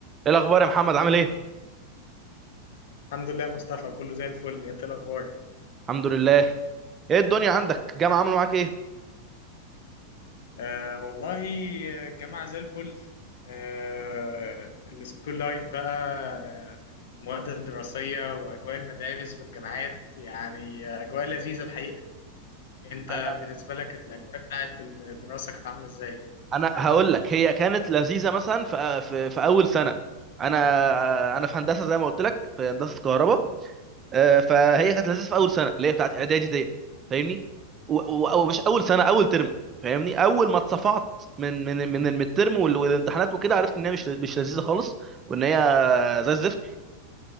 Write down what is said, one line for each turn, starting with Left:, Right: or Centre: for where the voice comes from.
Right: ايه الاخبار يا محمد عامل ايه
Left: الحمد لله مصطفى كله زي الفل انت الاخبار
Right: الحمد لله ايه الدنيا عندك جامعه عامله معاك ايه
Left: آه والله الجامعه زي الفل آه السكول لايف بقى آه، والمواد الدراسيه واجواء المدارس والجامعات يعني اجواء لذيذه الحقيقه انت
Right: انا
Left: بالنسبه لك كانت الاجواء بتاعت الدراسه كانت عامله ازاي
Right: انا هقول لك هي كانت لذيذه مثلا في في, في اول سنه انا انا في هندسه زي ما قلت لك في هندسه كهرباء آه، فهي كانت لذيذه في اول سنه اللي هي بتاعت اعدادي ديت فاهمني ومش
Left: م.
Right: اول سنه اول ترم فاهمني اول ما اتصفعت من من من الميد ترم وال- والامتحانات وكده عرفت ان هي مش مش لذيذه خالص وان هي زي الزفت